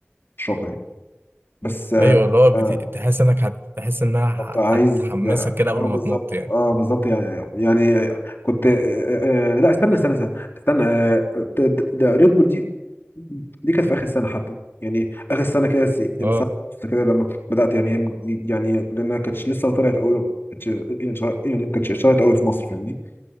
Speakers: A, on the left (about 60°); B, on the right (about 55°).
A: واشربها يعني بس آه،
B: ايوه اللي هو بت...
A: آه،
B: تحس انك هت... تحس انها ه-
A: بالظبط عايز
B: هتحمسك
A: اه
B: كده قبل ما
A: بالظبط
B: تنط يعني
A: اه بالظبط يعني يعني كنت آه آه آه، لا استنى استنى استنى, استنى آه ده, ده ده ريد بول دي دي كانت في اخر السنه حتى يعني اخر السنه كده س- يعني
B: اه
A: سنه ونص كده لما بدات يعني هي يعني لانها كانتش لسه طلعت قوي كانتش يعني شهر- يعني ما كانتش اشتهرت قوي في مصر فاهمني